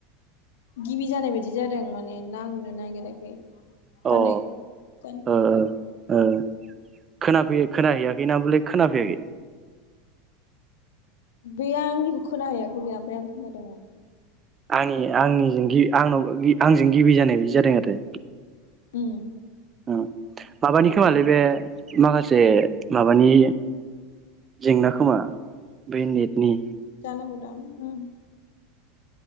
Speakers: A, on the left; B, on the right.
A: गिबि जानाय बायदि जादों माने नांनो नागिराखै।
B: अ ओ
A: कनेक्ट आनो जायाखै।
B: ओ ओ खोनाफैयो खोनाहैयाखै ना बले खोनाफैयाखै?
A: बेयो आंनिखौ खोना हैयाखैनो ओमफ्राय आं खोनादोंमोन।
B: आंनि आंनिजों गि आंनाव आंजों गिबि जानाय बायदि जादों आरो।
A: उम।
B: ओ माबानि खोमालै बे माखासे माबानि जेंना खोमा बेै नेटनि।
A: जानांगौ दां उम।